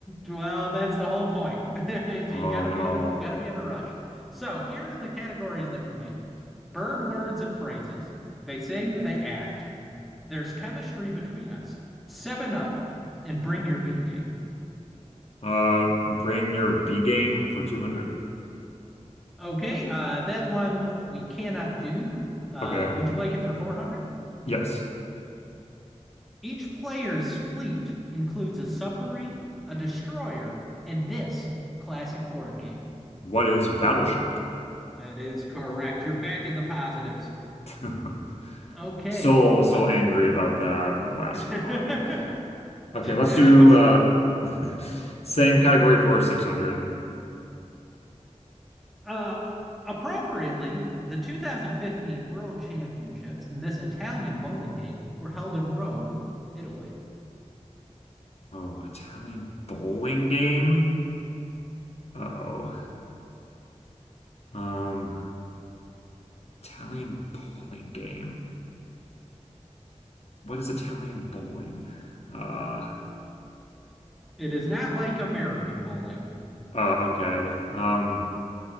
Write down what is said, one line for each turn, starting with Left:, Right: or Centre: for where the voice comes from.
Centre: well, that's the whole point. <laughs> you
Left: Oh
Centre: got to
Left: no.
Centre: be in a you got to be in a rush. So here are the categories that remain: bird words and phrases. They sing, they act. There's chemistry between us. Seven up and bring your B game.
Left: Uh, bring your B game for 200.
Centre: Okay, uh, that one we cannot do. Uh,
Left: Okay.
Centre: would you like it for four hundred?
Left: Yes.
Centre: Each player's fleet includes a submarine, a destroyer, and this classic board game.
Left: What is Battleship?
Centre: That is correct. You're back in the positives.
Left: <laughs>
Centre: Okay.
Left: So, so
Centre: Uh,
Left: angry about that Alaska
Centre: <laughs>
Left: one. Okay, let's
Centre: yeah,
Left: do
Centre: what's
Left: uh <laughs> same category for 600.
Centre: uh appropriately, the 2015 World Championships in this Italian bowling game were held in Rome, Italy.
Left: Oh, Italian bowling game? Uh-oh. Um, Italian bowling game. What is Italian bowling? Uh,
Centre: It is not like American bowling.
Left: oh, okay. Um,